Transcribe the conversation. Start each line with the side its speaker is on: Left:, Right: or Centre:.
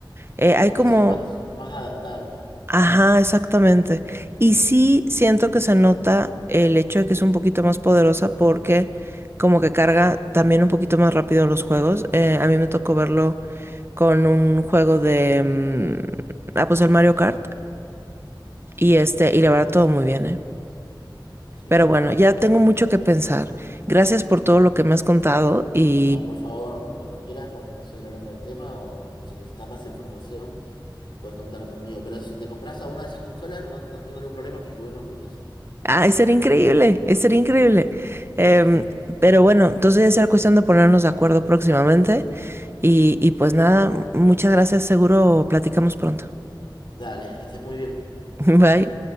Right: Eh, hay
Left: Como
Right: como...
Left: que son más, más adaptables.
Right: Ajá, exactamente. Y sí siento que se nota el hecho de que es un poquito más poderosa porque como que carga también un poquito más rápido los juegos. Eh, a mí me tocó verlo con un juego de... mm, ah, pues el Mario Kart. Y este, y la verdad todo muy bien, ¿eh?
Left: Sí.
Right: Pero bueno, ya tengo mucho que pensar. Gracias por todo lo que me has contado y
Left: No, por favor, cuando quieras podemos seguir hablando del tema o si necesitas más información. Puedes contar conmigo, pero si te compras a una de esas consolas, no, no tengo ningún problema que juguemos juntos.
Right: Ay, sería increíble, eh, sería increíble. Em,
Left: Sí.
Right: pero bueno, entonces ya será cuestión de ponernos de acuerdo próximamente. Y, y pues nada, muchas gracias, seguro platicamos pronto.
Left: Dale, que estés muy bien.
Right: <laughs> Bye.